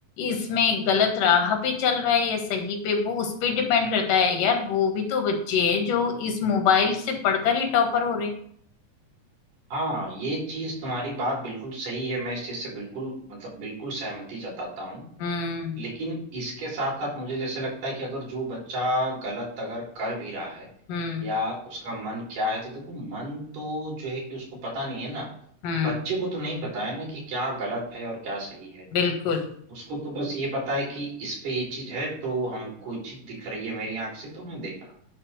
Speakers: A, on the left; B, on the right.
A: इसमें गलत राह पे चल रहा है या सही पे वो उस पे डिपेंड करता है यार वो भी तो बच्चे हैं जो इस मोबाइल से पढ़कर ही टॉपर हो रहे हैं।
B: हाँ ये चीज तुम्हारी बात बिल्कुल सही है मैं इस चीज से बिल्कुल मतलब बिल्कुल सहमति जताता हूँ
A: हम्म
B: लेकिन इसके साथ साथ मुझे जैसे लगता है कि अगर जो बच्चा गलत अगर कर भी रहा है
A: हम्म
B: या उसका मन क्या है तो देखो मन तो जो है कि उसको पता नहीं है ना
A: हम्म
B: बच्चे को तो नहीं पता है ना कि क्या गलत है और क्या सही है
A: बिल्कुल
B: उसको तो बस ये पता है कि इस पे ये चीज है तो हमको ये चीज दिख रही है मेरी आंख से तो मैं देख रहा हूँ